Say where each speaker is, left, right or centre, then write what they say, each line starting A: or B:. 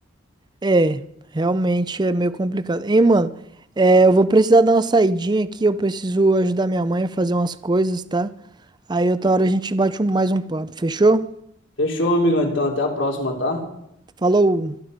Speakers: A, on the right; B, on the left.
A: É, realmente é meio complicado. Hein, mano? É, eu vou precisar dar uma saidinha aqui. Eu preciso ajudar minha mãe a fazer umas coisas, tá? Aí outra hora a gente bate um- mais um papo, fechou?
B: Fechou, amigão. Então, até a próxima, tá?
A: Falou!